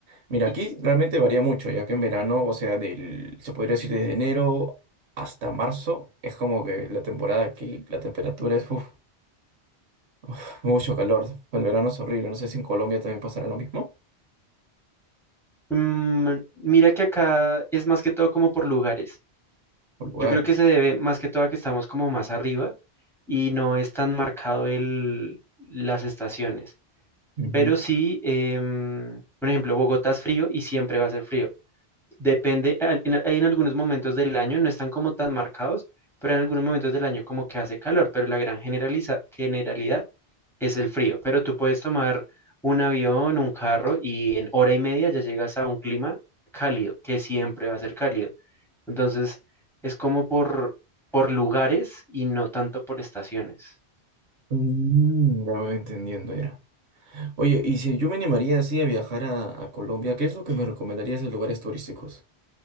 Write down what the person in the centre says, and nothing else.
Y,
mm, mira que acá es más que todo como por lugares.
Yo creo que se debe más que todo a que estamos como más arriba y no es tan marcado el, las estaciones.
Pero sí, em, por ejemplo, Bogotá es frío y siempre va a ser frío. Depende, al- en- hay en algunos momentos del año, no están como tan marcados, pero en algunos momentos del año como que hace calor, pero la gran generaliza, generalidad es el frío, pero tú puedes tomar un avión, un carro y en hora y media ya llegas a un clima cálido, que siempre va a ser cálido. Entonces, es como por, por lugares y no tanto por estaciones.